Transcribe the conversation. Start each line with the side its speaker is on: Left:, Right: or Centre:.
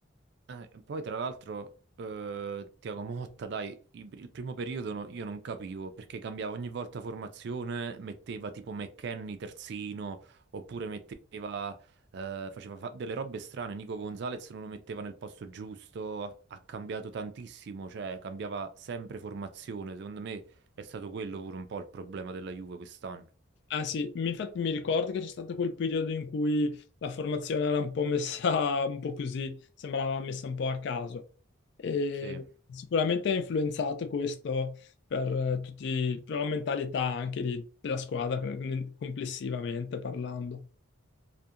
Right: Eh, poi tra l'altro eh, Tiago Motta, dai, i- il primo periodo no- io non capivo perché cambiava ogni volta formazione, metteva tipo McKennie terzino, oppure metteva, eh, faceva fa- delle robe strane, Nico Gonzalez non lo metteva nel posto giusto, ha, ha cambiato tantissimo, cioè cambiava sempre formazione, secondo me è stato quello pure un po' il problema della Juve quest'anno.
Left: Ah sì, mi- infatti mi ricordo che c'è stato quel periodo in cui la formazione era un po' messa <laughs> un po' così, sembrava messa un po' a caso. E
Right: Sì.
Left: sicuramente ha influenzato questo per eh, tutti, per la mentalità anche di- della squadra eh, complessivamente parlando.